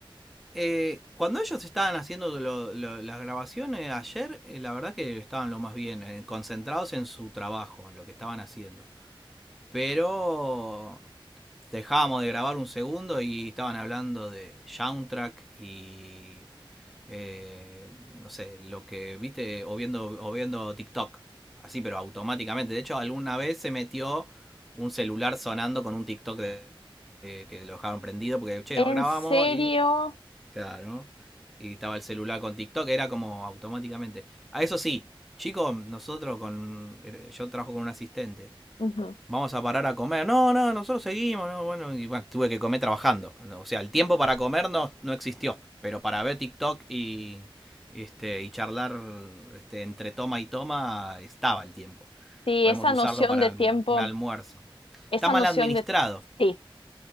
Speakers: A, in the centre; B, on the left.
A: Eh, cuando ellos estaban haciendo lo- lo- las grabaciones ayer, eh, la verdad que estaban lo más bien, eh, concentrados en su trabajo, en lo que estaban haciendo. Pero dejábamos de grabar un segundo y estaban hablando de soundtrack y eh, no sé, lo que viste o viendo, o viendo TikTok. Así, pero automáticamente. De hecho, alguna vez se metió un celular sonando con un TikTok de, de- que lo dejaron prendido porque, che,
B: En
A: grabamos
B: serio,
A: y... Claro. Y estaba el celular con TikTok, era como automáticamente. A eso sí, chicos, nosotros con... eh, Yo trabajo con un asistente
B: Ujú.
A: vamos a parar a comer. No, no, nosotros seguimos, no, bueno, y bueno, tuve que comer trabajando. O sea, el tiempo para comer no, no existió, pero para ver TikTok y este y charlar este, entre toma y toma estaba el tiempo.
B: sí,
A: Podemos
B: esa
A: usarlo
B: noción
A: para
B: de tiempo
A: alm- un almuerzo.
B: esa
A: Está mal
B: noción
A: administrado.
B: de sí,